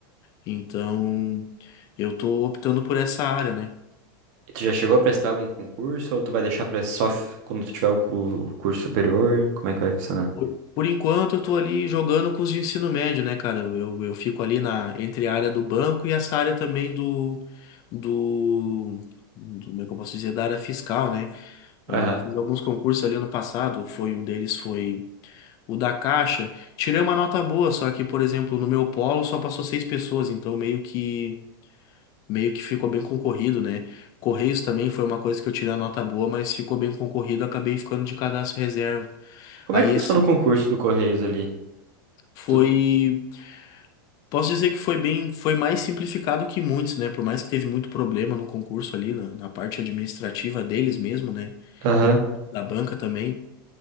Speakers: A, on the left; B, on the right.
A: então eu tô optando por essa área, né?
B: E tu já chegou a prestar algum concurso ou tu vai deixar pra só f- quando tu tiver o cu- o curso superior? Como é que vai funcionar?
A: Por por enquanto, eu tô ali jogando com os de ensino médio, né, cara? Eu, eu, eu fico ali na, entre a área do banco e essa área também do, do, do- como é que eu posso dizer, da área fiscal, né?
B: Aham.
A: Eu fiz alguns concursos ali ano passado, foi um deles foi o da Caixa. Tirei uma nota boa, só que, por exemplo, no meu polo só passou seis pessoas, então meio que, meio que ficou bem concorrido, né? Correios também foi uma coisa que eu tirei a nota boa, mas ficou bem concorrido, acabei ficando de cadastro reserva.
B: Como
A: Aí
B: é que funciona
A: esse
B: o concurso do Correios ali?
A: foi.
B: Tu...
A: Posso dizer que foi bem, foi mais simplificado que muitos, né? Por mais que teve muito problema no concurso ali, na, na parte administrativa deles mesmo, né?
B: Aham,
A: E da, da banca também.